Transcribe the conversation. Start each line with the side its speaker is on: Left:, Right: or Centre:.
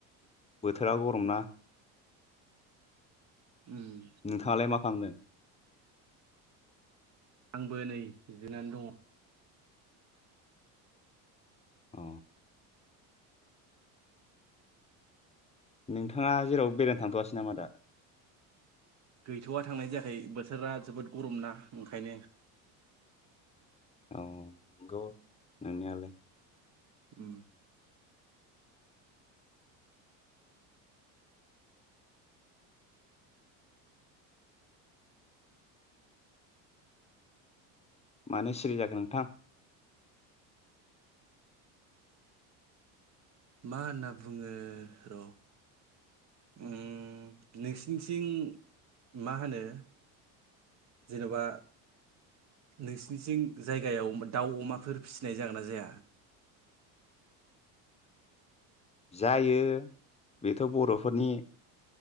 Left: बोथोरा गरम ना?
Right: उम
Left: नोंथाङालाय मा खालामदों?
Right: आंबो नै जिरनानै दङ।
Left: अ नोंथाङा जेराव बेरायनो थांथ'आसै नामा दा?
Right: गैथ'वा थांनाय जायाखै बोथोरा जोबोद गरमना ओंखायनो
Left: औ नंगौ। नोंनियालाय?
Right: उम।
Left: मानो सिरि जाखो नोंथां?
Right: मा होनना बुङो र' उम नोंसिनिथिं मा होनो। जेनेबा नोंसनिथिं जायगायाव दाउ अमाफोर फिसिनाय जागोन ना जाया
Left: जायो बेथ' बर'फोरनि